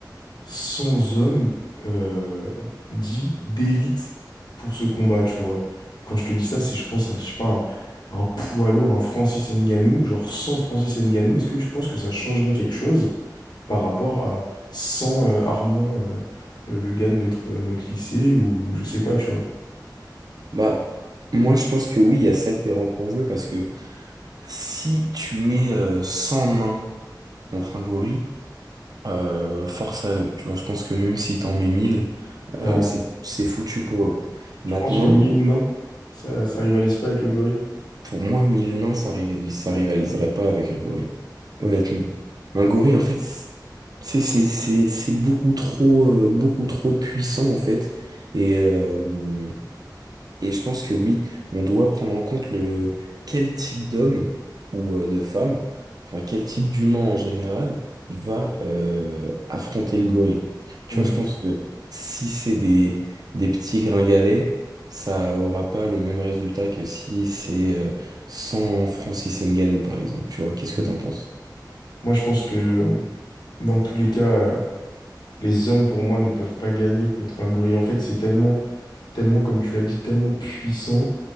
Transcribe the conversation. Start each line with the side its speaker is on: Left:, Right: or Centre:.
Left: sans homme euh, dit d'élite pour ce combat, tu vois. Quand je te dis ça, c'est je pense à, je sais pas, un, un poids lourd, un Francis Ngannou, genre sans Francis Ngannou, est-ce que tu penses que ça changerait quelque chose par rapport à sans euh, Armand, euh, euh, le gars de notre, notre lycée, ou je sais pas, tu vois.
Right: Bah, moi, je pense que oui, il y a ça qui rentre en jeu parce que si tu mets euh, 100 nains contre un gorille, euh, force à eux. Tu vois, je pense que même si t'en mets 1000, euh,
Left: Ouais.
Right: c'est c'est foutu pour eux. Maintenant,
Left: Tu penses que mille nains, ça, ça rivalise pas avec le gorille?
Right: pour moi, 1000 nains, ça rivalise, ça rivaliserait pas avec un gorille.
Left: Ok.
Right: Honnêtement. Un gorille, en fait, c'est c'est c'est c'est beaucoup trop euh, beaucoup trop puissant en fait. Et euh, Et je pense que oui, on doit prendre en compte le quel type d'homme ou euh, de femme, enfin quel type d'humain en général va euh, affronter le gorille. Tu
Left: Hmm,
Right: vois, je pense que si c'est des, des petits gringalets, ça aura pas le même résultat que si c'est euh, sans Francis Ngannou, par exemple. Tu vois, qu'est-ce
Left: hmm.
Right: que t'en penses?
Left: Moi, je pense que dans tous les cas. euh, Les hommes, pour moi, ne peuvent pas gagner contre un gorille. En fait, c'est tellement, tellement, comme tu l'as dit, tellement puissant,